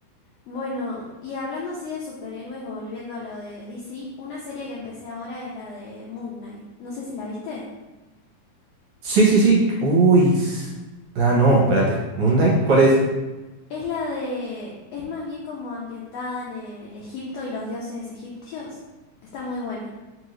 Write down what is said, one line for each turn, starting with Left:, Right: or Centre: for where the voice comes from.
Left: Bueno, y hablando así de superhéroes, volviendo a lo de DC, una serie que empecé ahora es la de Moon Knight. No sé si la viste.
Right: Sí, sí, sí. Uy. s- Ah, no, espérate. Moon Knight, ¿cuál es?
Left: Es la de... Es más bien como ambientada en el Egipto y los dioses egipcios. Está muy buena.